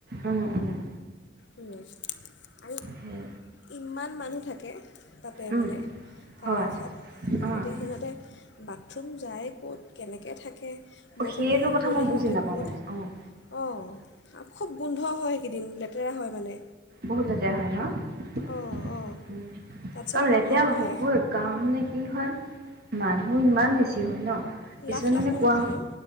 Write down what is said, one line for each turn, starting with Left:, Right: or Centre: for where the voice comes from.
Right: উম উম
Left: উম আৰু
Right: উম।
Left: ইমান মানুহ থাকে। তাতে
Right: উম
Left: মানে কামাখ্যাত,
Right: হয় অ'
Left: এতিয়া সিহঁতে বাট থৰুম যায় ক'ত, কেনেকে থাকে? বৰষুণ
Right: সেইটো
Left: বৰষুণ
Right: কথা
Left: পৰিলে
Right: মই
Left: সিহঁতে
Right: বুজি নাপাওঁ
Left: ক'ত
Right: মানে অ'
Left: অ খুব গোন্ধ হয় সেইকেইদিন লেতেৰা হয় মানে।
Right: বহুত লেতেৰা হয় ন।
Left: অঁ অঁ
Right: উম,
Left: তাতছে
Right: কাৰণ
Left: বোলো
Right: লেতেৰা
Left: ঘৰৰ পৰাই
Right: হবই কাম নে কি হয়? মানুহ ইমান বেছি হয় ন। কিছুমানে
Left: লাখ লাখ
Right: মানে
Left: মানুহ
Right: কোৱা,
Left: হয় ন?